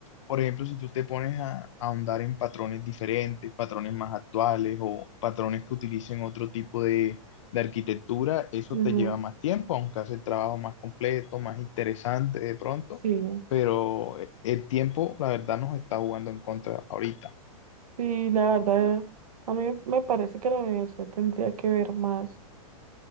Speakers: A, on the left (about 55°); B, on the right (about 80°).
A: por ejemplo, si tú te pones a, a ahondar en patrones diferentes, patrones más actuales o patrones que utilicen otro tipo de, de arquitectura, eso
B: ujú,
A: te lleva más tiempo, aunque hace el trabajo más completo, más interesante de pronto
B: Sí.
A: pero e- el tiempo, la verdad, nos está jugando en contra ahorita.
B: Sí, la verdad, a mí me parece que la universidad tendría que ver más